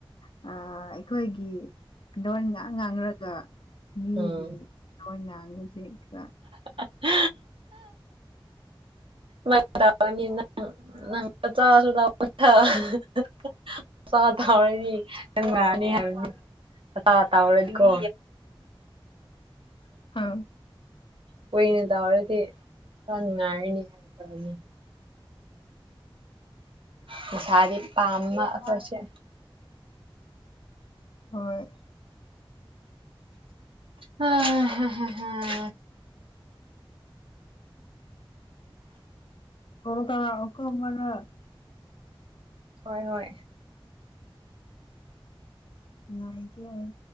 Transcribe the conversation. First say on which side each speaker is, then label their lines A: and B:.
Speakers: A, on the left; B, on the right.
A: ꯑ ꯑꯩꯈꯣꯏꯒꯤ ꯂꯣꯟ ꯉꯍꯥꯛ ꯉꯥꯡꯂꯔꯒ ꯃꯤꯒꯤ
B: ꯎꯝ
A: ꯂꯣꯟ ꯉꯥꯡꯕꯁꯦ ꯈꯔ
B: <unintelligible> <unintelligible> ꯆꯥ ꯊꯔꯗꯤ ꯅꯪ ꯅꯔꯥꯅꯤ ꯍꯥꯏꯕꯅꯤ ꯑꯇꯥꯥ ꯇꯥꯎꯔꯗꯤꯀꯣ
A: ꯑ
B: ꯀꯨꯏꯅ ꯇꯧꯔꯗꯤ ꯈꯔ ꯅꯨꯡꯉꯥꯏꯔꯅꯤ <unintelligible> ꯄꯩꯁꯥꯗꯤ ꯄꯥꯝꯕ ꯑꯈꯣꯏꯁꯦ
A: ꯍꯣꯏ꯫
B: ꯍꯥ ꯍꯥ ꯍꯥ ꯍꯥ
A: <unintelligible>
B: ꯍꯣꯏ ꯍꯣꯏ
A: ꯉꯥꯏꯒꯦ ꯑꯩ